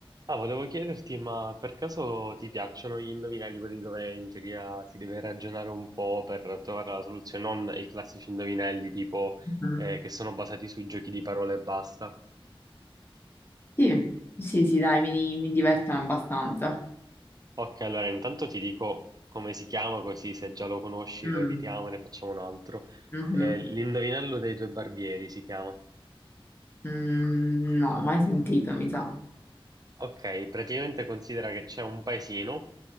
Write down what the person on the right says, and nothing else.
Ah, volevo chiederti, ma per caso ti piacciono gli indovinelli, quelli dove in teoria si deve ragionare un po' per trovare la soluzione, non i classici indovinelli tipo
eh, che sono basati sui giochi di parole e basta?
Ok, allora intanto ti dico come si chiama, così se già lo conosci
lo evitiamo e ne facciamo un altro.
Eh, l'indovinello dei due barbieri si chiama.
Ok, praticamente considera che c'è un paesino